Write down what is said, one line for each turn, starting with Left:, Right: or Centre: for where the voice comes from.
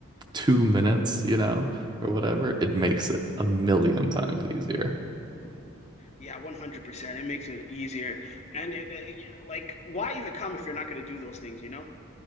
Right: two minutes, you know, or whatever, it makes it a million times easier.
Left: Yeah, 100%. It makes it easier. And it, it- you know, like why even come if you're not going to do those things, you know?